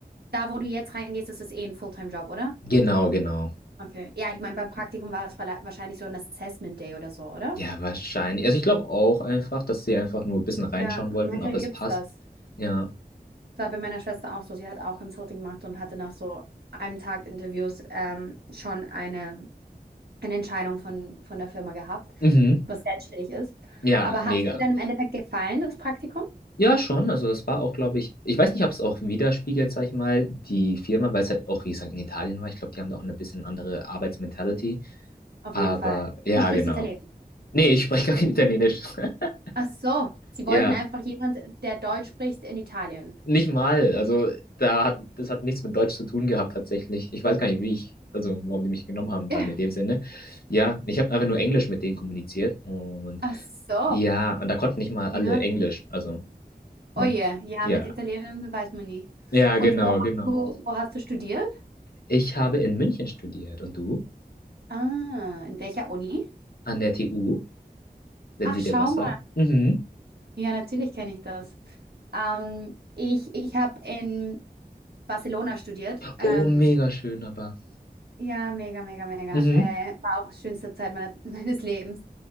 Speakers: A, on the right (about 80°); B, on the left (about 70°).
A: da, wo du jetzt reingehst, ist es eh ein Fulltime-Job, oder?
B: genau, genau.
A: Okay. Ja, ich meine, beim Praktikum war es verla- wahrscheinlich so ein Assessment Day oder so, oder?
B: Ja, wahrscheinlich. Also ich glaube auch einfach, dass sie einfach nur ein bisschen reinschauen
A: Ja,
B: wollten,
A: manchmal
B: ob es
A: gibt
B: passt.
A: es das.
B: Ja.
A: Das war bei meiner Schwester auch so. Sie hat auch Consulting gemacht und hatte nach so einem Tag Interviews ähm, schon eine, eine Entscheidung von, von der Firma gehabt,
B: Mhm.
A: was selbstständig ist.
B: Ja,
A: Aber
B: mega.
A: hat es dir dann im Endeffekt gefallen, das Praktikum?
B: Ja, schon. Also es war auch, glaube ich, ich weiß nicht, ob es auch widerspiegelt, sag ich mal, die Firma, weil es halt auch, wie gesagt, in Italien war. Ich glaube, die haben da auch eine bisschen andere Arbeitsmentality.
A: Auf
B: Aber
A: jeden Fall.
B: ja,
A: Du sprichst
B: genau.
A: Italienisch.
B: Nee, ich spreche <laughs> gar kein Italienisch. <laughs>
A: Ach so, sie
B: Ja,
A: wollten einfach jemand, der Deutsch spricht in Italien.
B: nicht
A: <laughs>
B: mal. Also da hat das hat nichts mit Deutsch zu tun gehabt tatsächlich. Ich weiß gar nicht, wie ich, also warum die mich genommen haben
A: Ja.
B: dann in dem Sinne. Ja, ich habe einfach nur Englisch mit denen kommuniziert und
A: Ach so,
B: ja, und da konnten nicht mal alle
A: ja.
B: Englisch. Also,
A: Oh
B: ne?
A: je, ja,
B: Ja.
A: mit Italienisch weiß man nie.
B: Ja,
A: Und
B: genau,
A: wo hast
B: genau.
A: du, wo hast du studiert?
B: Ich habe in München studiert und du?
A: Ah, in welcher Uni?
B: An der TU, wenn
A: Ach,
B: die
A: schau
B: dir was sagt. Mhm.
A: Ja, natürlich kenne ich das. Ähm, ich ich habe in Barcelona studiert. Ähm,
B: Oh, mega schön, aber.
A: ja, mega, mega, mega.
B: Mhm.
A: Äh, war auch schönste Zeit meiner, <laughs> meines Lebens